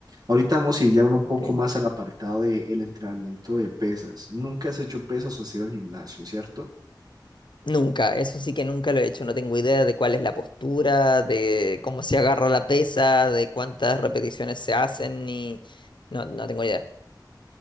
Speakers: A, on the right; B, on the left.
A: Ahorita vamos a ir ya uno un
B: Ok.
A: poco más al apartado del entrenamiento de pesas. Nunca has hecho pesas o has ido al gimnasio, ¿cierto?
B: Nunca, eso sí que nunca lo he hecho, no tengo idea de cuál es la postura, de cómo se agarra la pesa, de cuántas repeticiones se hacen, ni... No, no tengo idea.